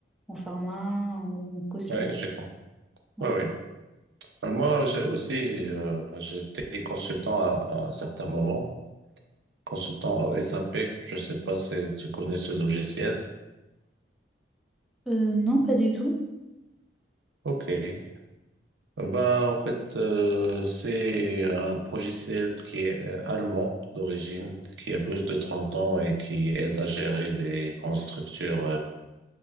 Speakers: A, in the centre; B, on the right.
A: en pharma, en cosmétique.
B: oui, j'ai compris.
A: Ouais.
B: Oui, oui. Moi, j'ai aussi, euh, j'étais consultant à, à un certain moment. Consultant SAP, je sais pas si si tu connais ce logiciel.
A: Euh, non, pas du tout.
B: Ok. Euh, Ben, en fait, euh, c'est un logiciel qui est euh, allemand d'origine, qui a plus de 30 ans et qui aide à gérer des grandes structures euh,